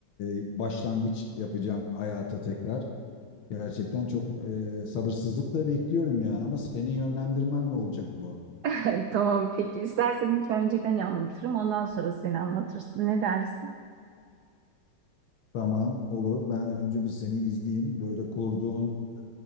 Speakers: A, on the left; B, on the right.
A: e, başlangıç yapacağım hayata tekrar. Gerçekten çok e, sabırsızlıkla bekliyorum yani ama seni yönlendirmen ne olacak bu?
B: <laughs> Tamam peki. İstersen ilk önce ben anlatırım. Ondan sonra sen anlatırsın. Ne dersin?
A: Tamam olur ben önce bir seni izleyeyim böyle kurduğun